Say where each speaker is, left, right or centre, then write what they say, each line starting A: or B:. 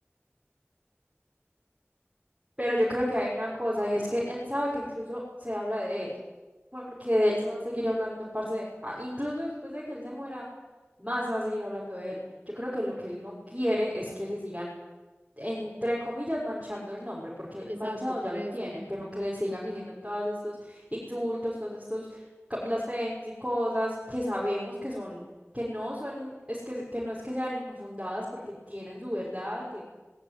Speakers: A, on the right; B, on the right.
A: Pero yo creo que hay una cosa y es que él sabe que incluso se habla de él, porque de él se va a seguir hablando, parce, a- incluso después de que él se muera, más se va a seguir hablando de él. Yo creo que lo que él no quiere es que le sigan, entre comillas, manchando el nombre, porque
B: Exacto,
A: manchado
B: por
A: ya lo
B: eso.
A: tiene, pero que le sigan diciendo todos estos insultos, todos estos ca- blasfemias y cosas que sabemos que son, que no son, es que, que no es que sean infundadas porque tienen su verdad,